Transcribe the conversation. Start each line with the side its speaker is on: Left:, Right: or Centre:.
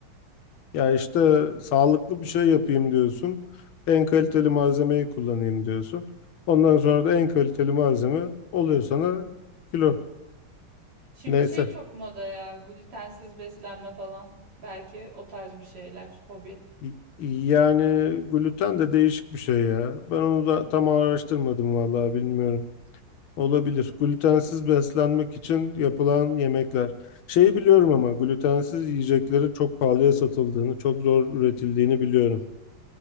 Left: ya işte sağlıklı bir şey yapayım diyorsun. En kaliteli malzemeyi kullanayım diyorsun. Ondan sonra da en kaliteli malzeme oluyor sana kilo.
Right: <laughs> Şimdi
Left: Neyse.
Right: şey çok moda ya, glutensiz beslenme falan. Belki o tarz bir şeyler, hobi.
Left: Y- Yani gluten de değişik bir şey ya. Ben onu da tam araştırmadım vallahi bilmiyorum. Olabilir. Glutensiz beslenmek için yapılan yemekler. Şeyi biliyorum ama glutensiz yiyecekleri çok pahalıya satıldığını, çok zor üretildiğini biliyorum.